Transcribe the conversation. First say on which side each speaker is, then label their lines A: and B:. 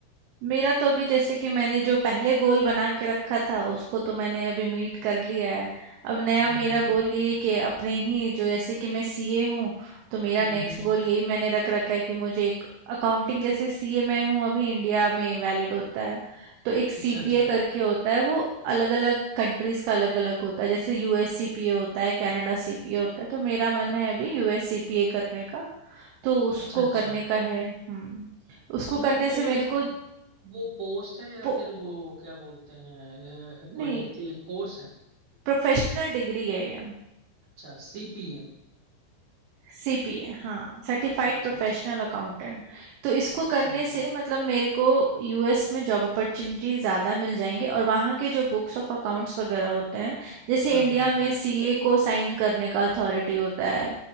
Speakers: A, on the right; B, on the right.
A: मेरा तो अभी जैसे कि मैंने जो पहले गोल बना के रखा था उसको तो मैंने अभी मीट कर लिया है अब नया
B: हम्म
A: मेरा
B: हम्म
A: गोल यही है कि अपने ही जो जैसे कि मैं सीए हूँ तो मेरा
B: हम्म
A: नेक्स्ट
B: हम्म।
A: गोल यही मैंने रख रखा है कि मुझे एक अकाउंटिंग जैसे सीए मैं हूँ अभी इंडिया में वैलिड होता है तो एक सीपीए
B: अच्छा अच्छा
A: करके होता है वो अलग अलग कंट्रीज का अलग अलग होता है जैसे यूएस सीपीए होता है कनाडा सीपीए होता है तो मेरा मन है अभी यूएस सीपीए करने का तो उसको
B: अच्छा अच्छा
A: करने का है हम्म उसको
B: तो
A: करने
B: वो पोस्ट
A: से मेरे को
B: वो पोस्ट है या
A: पो-
B: फिर वो क्या बोलते हैं अ, कोई
A: नहीं
B: थी कोर्स है
A: प्रोफेशनल डिग्री है ये
B: अच्छा सीपीए
A: सीपीए हाँ सर्टिफाइड
B: अच्छा
A: प्रोफेशनल
B: अच्छा
A: अकाउंटेंट तो इसको
B: अच्छा
A: करने
B: अच्छा
A: से मतलब मेरे को यूएस में जॉब अपॉर्चुनिटी ज़्यादा मिल जाएंगी और वहाँ के जो बुक्स ऑफ अकाउंट्स वगैरह होते हैं जैसे
B: हाँ
A: इंडिया
B: हाँ
A: में
B: हाँ
A: सीए को साइन करने का अथॉरिटी होता है